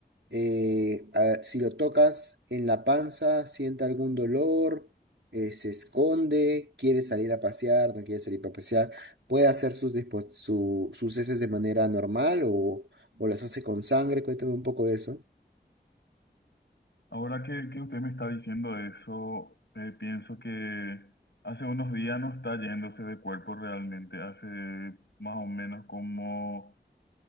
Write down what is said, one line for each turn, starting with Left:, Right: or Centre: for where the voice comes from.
Right: eh, a- si lo tocas en la panza, siente algún dolor, eh, se esconde, quiere salir a pasear, no quiere salir a pasear, puede hacer sus, dispo- su- sus heces de manera normal o, o las hace con sangre, cuéntame un poco de eso.
Left: Ahora que, que usted me está diciendo eso, eh, pienso que hace unos días no está yéndose de cuerpo realmente. Hace más o menos como